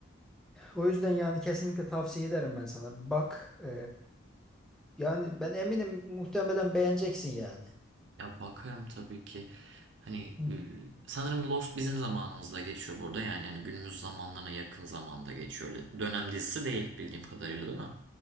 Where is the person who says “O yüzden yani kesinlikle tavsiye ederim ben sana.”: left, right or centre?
Centre